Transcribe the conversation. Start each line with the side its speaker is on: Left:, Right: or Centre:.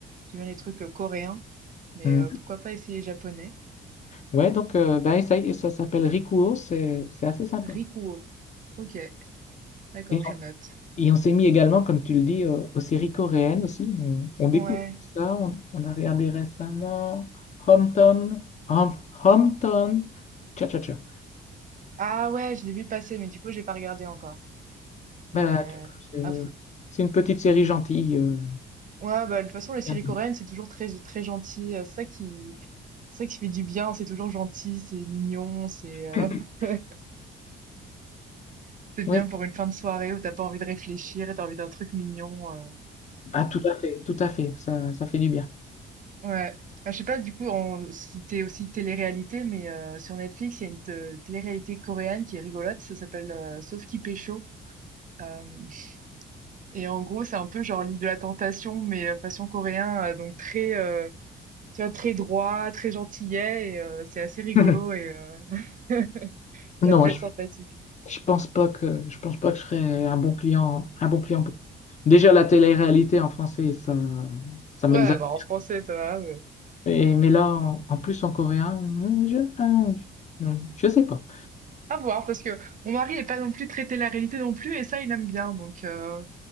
Right: j'aime bien les trucs euh, coréens, mais
Left: Mm.
Right: euh, pourquoi pas essayer japonais?
Left: Ouais, donc euh, bah, essaye, ça s'appelle Rikuo, c'est c'est assez sympa.
Right: Rikuo. Ok, d'accord,
Left: Et
Right: je
Left: on,
Right: note.
Left: et on s'est mis également, comme tu le dis, euh, aux séries coréennes aussi. On, on découvre
Right: Ouais.
Left: ça, on, on a regardé récemment Hometown, Hom- Hometown, Cha Cha Cha.
Right: Ah ouais, je l'ai vu passer, mais du coup j'ai pas regardé encore. Mais
Left: Bah, tu- c'est
Right: après.
Left: c'est une petite série gentille. euh,
Right: Ouais, bah, de toute façon, les
Left: rien
Right: séries
Left: de-
Right: coréennes, c'est toujours très, très gentil. euh, C'est ça qui, c'est ça qui fait du bien. C'est toujours gentil, c'est mignon, c'est euh,
Left: <laughs>
Right: <laughs> c'est bien
Left: Ouais,
Right: pour une fin de soirée où t'as pas envie de réfléchir et t'as envie d'un truc mignon. euh.
Left: ah, tout à fait, tout à fait, ça, ça fait du bien.
Right: Ouais. Bah, je sais pas, du coup, on, si t'es aussi télé-réalité, mais euh, sur Netflix, il y a une te- télé-réalité coréenne qui est rigolote. Ça s'appelle euh, Sauf qui pécho. Euh, et en gros, c'est un peu genre l'île de la tentation, mais euh, façon coréen, euh, donc très, euh, tu vois, très droit, très gentillet, et euh, c'est assez rigolo
Left: <laughs>
Right: et euh, <laughs> ça
Left: Non,
Right: peut être sympathique.
Left: Je pense pas que je pense pas que je serais un bon client, un bon client pour- Déjà la télé-réalité en français, ça, ça m'exaspère.
Right: Ouais, bah, en français, ça va, mais
Left: Et- mais là, en, en plus en coréen, hmm, je, hein, je je sais pas.
Right: à voir, parce que mon mari n'est pas non plus traité la réalité non plus, et ça, il aime bien, donc euh,